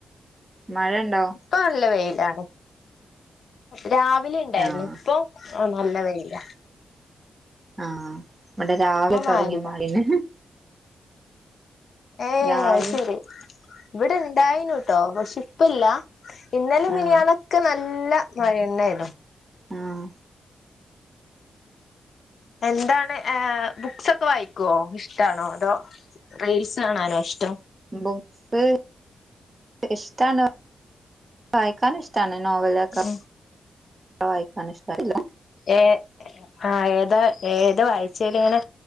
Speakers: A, on the right; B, on the left.
A: മഴണ്ടോ?
B: ഇപ്പൊ നല്ല വെയിലാണ്. രാവിലിണ്ടായ്ര്ന്നു
A: ആഹ്
B: ഇപ്പം, ആഹ് നല്ല വെയിലാ.
A: ആഹ് ഇവടെ രാവിലെ
B: മഴല്ല
A: തൊടങ്യെ മഴെണ്.
B: ഏഹ്
A: രാവിലെ
B: അഹ്ശെരി. ഇവ്ടെ ഇണ്ടായ്നൂട്ടോ പക്ഷെ ഇപ്പല്ല ഇന്നലീം മിനിയാന്നൊക്കെ
A: ആഹ്
B: നല്ല മഴെന്നേയ്നു.
A: ആഹ്
B: എന്താണ് ഏഹ് ബുക്സൊക്കെ വായിക്കോ, ഇഷ്ടാണോ? അതോ, റീൽസ് കാണാനോ ഇഷ്ടം?
A: ബുക്ക്‌ ഇഷ്ടാണ് വായിക്കാന്ഷ്ടാണ് നോവലൊക്കെ
B: ഉം
A: വായിക്കാന്ഷ്ടാ <unintelligible>
B: ഏ ആഹ് ഏതാ ഏതാ വായിച്ചേല്ങ്ങനെ